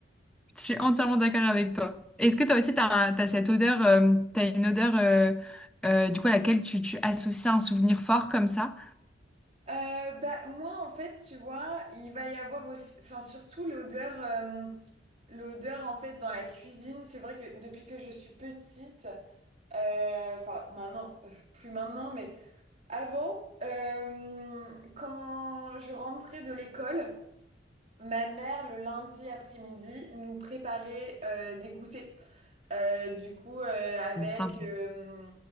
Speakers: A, in the centre; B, on the right.
A: Je suis entièrement d'accord avec toi. Est-ce que toi aussi, tu as, cette odeur, euh, t'as une odeur euh, euh, du coup à laquelle tu, tu associes un souvenir fort comme ça?
B: Euh, bah moi en fait, tu vois, il va y avoir aussi, enfin surtout l'odeur, euh, l'odeur en fait dans la cuisine. C'est vrai que depuis que je suis petite, euh, enfin maintenant, <laughs> euh, plus maintenant, mais avant, euh, quand je rentrais de l'école. Ma mère, le lundi après-midi, nous préparait euh, des goûters. Euh, du coup, euh, avec
A: Sympa.
B: euh,